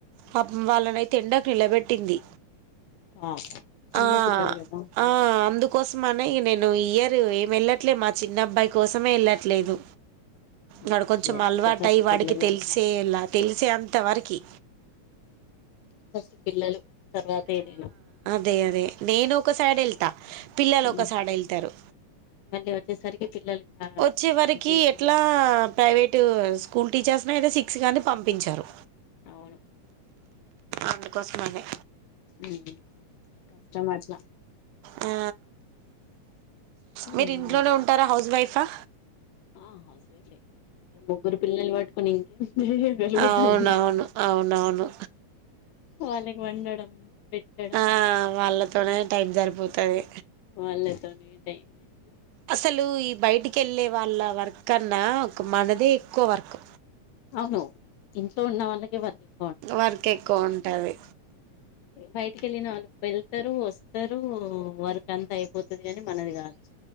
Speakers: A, on the right; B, on the left.
A: పాపం వాళ్లని అయితే ఎండకు నిలబెట్టింది
B: ఆ చిన్న
A: ఆ,
B: పిల్లలుగదా
A: ఆ, అందుకోసమనే యి నేను ఇయర్ ఏమి వెళ్ళట్లే మా చిన్న అబ్బాయి కోసమే ఎళ్ళట్లేదు
B: ఉమ్
A: వాడు కొంచెం
B: అదే అదే
A: అలవాటయి
B: ఫస్ట్
A: వాడికి
B: పిల్లలు
A: తెలిసేలా తెలిసే అంత వరకి
B: ఫస్ట్ పిల్లలు తర్వాతే ఏదైనా
A: దే అదే నేను ఒకసైడ్ వెళ్తా పిల్లలు
B: ఉమ్
A: ఒకసైడ్ ఎళ్తారు
B: మళ్ళీ వచ్చేసరికి పిల్లలు కా-
A: వచ్చే వరకి
B: అటు ఇటు
A: ఎట్లా ప్రైవేటు స్కూల్ టీచర్స్ అయితే సిక్స్ కంది పంపించరు
B: అవును
A: అందుకోసం అనే
B: మ్ కష్టమార్స్
A: ఆ మీరు
B: ఉమ్
A: ఇంట్లోనే ఉంటారా హౌస్ వైఫ్ ఆ
B: ఆ అవునండి ముగ్గురు పిల్లల్ని పట్టుకొని ఇం ఏ చేయగలుతం
A: అవునవును అవునవును
B: మార్నింగ్ వండడం పెట్టడం
A: ఆ వాళ్ళతోనే టైం సరిప్ పోతది
B: వాళ్ళతోనే టై అయిపో
A: అసలు ఈ బయటికేళ్ళే వాళ్ళ వర్క్ కన్నా ఒక మనదే ఎక్కువ వర్క్
B: అవును ఇంట్లో ఉన్న వాళ్ళకే వర్క్ ఎక్
A: వర్క్ ఎక్కువ ఉంటది
B: బయటికి వెలి నళ వెళ్తారు వస్తారు వర్క్ అంత అయిపో పోతది కాని మనది కాదు